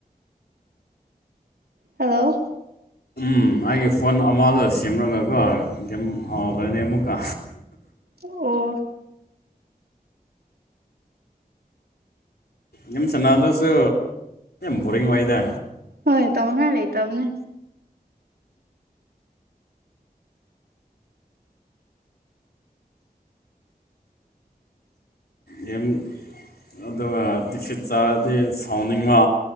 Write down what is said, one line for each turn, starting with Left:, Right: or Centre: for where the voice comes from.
Right: ꯍꯜꯂꯣ
Left: ꯎꯝ ꯑꯩꯒꯤ ꯐꯣꯟ ꯑꯃꯗ ꯁꯦꯝꯔꯒꯀꯣ ꯦꯝ ꯍꯥꯎꯈ꯭ꯔꯅꯦ ꯑꯃꯨꯛꯀ
Right: ꯑꯣ
Left: ꯌꯦꯦꯝ ꯁꯅꯥꯗꯁꯨ ꯕꯣꯔꯤꯡ ꯑꯣꯏꯗꯦ
Right: ꯍꯣꯏ ꯇ ꯃꯉꯥꯏ ꯂꯩꯦ ꯇꯧꯅꯦ
Left: ꯌꯦꯝ ꯑꯗꯨꯒ ꯗꯤꯐꯤꯠ ꯆꯥꯔꯗꯤ ꯁꯥꯎꯅꯤꯡꯕ